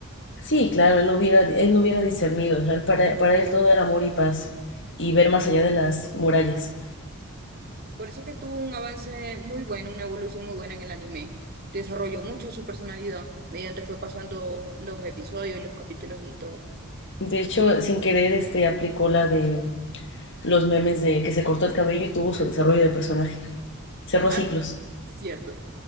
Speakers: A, on the left (about 55°); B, on the right (about 45°).
A: Sí, claro, él no hubiera, él no hubiera discernido. o sea, él para, para él todo era amor y paz y ver más allá de las murallas.
B: Por eso que tuvo un avance muy bueno, una evolución muy buena en el anime. Desarrolló mucho su personalidad mediante fue pasando los episodios y los capítulos y todo.
A: De hecho, sin querer, este aplicó la de los memes de que se cortó el cabello y tuvo su desarrollo de personaje. Cerró
B: Ah,
A: ciclos.
B: cierto.